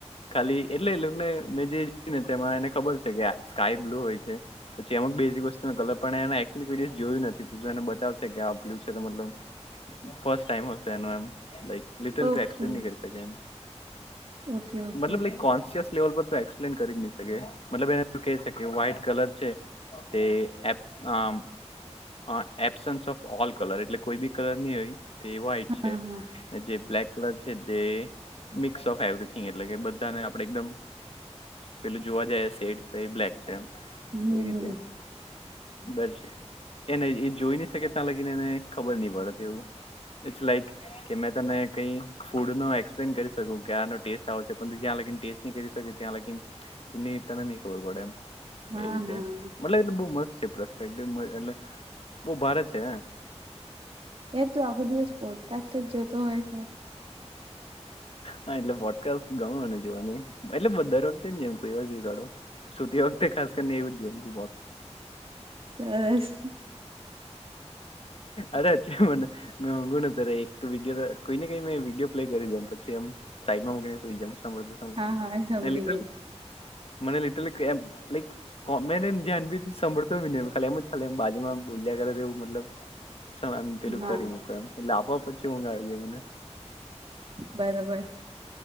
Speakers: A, on the left; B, on the right.
A: ખાલી એટલે એ લોક ને મેં જે જોયું ને તેમાં એને ખબર છે કે સ્કાય બ્લુ હોય છે. પછી એમાં બેઝિક વસ્તુ કલર પણ એકચુલી કોઈ દિવસ જોયું નથી તું એને બતાવશે કે આ આ બ્લુ છે તો મતલબ. ફર્સ્ટ ટાઈમ હશે એનું એમ like little
B: okay
A: too explain નહી કરી શકે એને.
B: ઓકે ઓકે
A: મતલબ લાઈક કોન્સિયસ. લેવલ પર તું એક્સપ્લેન કરી જ નહી શકે મતલબ એને કે છે કે વ્હાઈટ કલર છે. તે એપ આ હા એબસન્સ ઓફ ઓલ કલર એટલે કોઈ બી કલર નહી હોય તે વ્હાઈટ છે
B: હા હા
A: ને જે બ્લેક કલર છે જે મિક્સ ઓફ એવરીથીંગ એટલે કે બધાને આપડે એકદમ પેલું જોવા જાય સેડ તો એ બ્લેક છે એ
B: હમ હમ
A: એ રીતે બટ એને એ જોઈ ન શકે ત્યાં લાગીને એને ખબર નહી પડે તે એવું ફેસ લાઈટ કે મેં તને કઈ ફૂડ નો એક્સપ્લેન કરી શકુ કે આનો ટેસ્ટ આવો છે પણ જ્યાં લગન ટેસ કરી કે ત્યાં લગીન તને ખબર પડે એમ
B: હા
A: એ રીતે
B: હા
A: મતલબ એટલે બો મસ્ત છે પરસ્પેક્ટિવ એટલે બો ભારે છે
B: એ તો આખો દિવસ પોડકાસ્ટ જ જોતો હોય છે
A: હા એટલે વોટકાસ્ટ ગમે મને જોવાની એટલે દર વખતે ની એમ કોઈ વાર જોઈ કાઢું સુતી વખતે ખાસ કરીને એવુજ જોમ <inaudible>
B: <unintelligible>
A: અરે અચું મને ગુણ ત એક વિડીયો કોઈને કઈ મેં વિડીયો પ્લે કરી દમ પછી એમ સાઈટમાં મૂકીને સુઈ જમ સમદ્ર સમદ્ર
B: હા હા સમજી
A: ને લીટરલી
B: ગઈ
A: મને લિટલ ધ્યાન બી સાંભળતોબી ની ખાલી એમ જ ખાલી એમ બાજુમાં બોલ્યા કરે તે એવું મતલબ સમએમ પેલું
B: હા
A: કરી મૂક એમ એટલે આપોઆપ પછી ઊંઘ આવી જય મને
B: બરોબર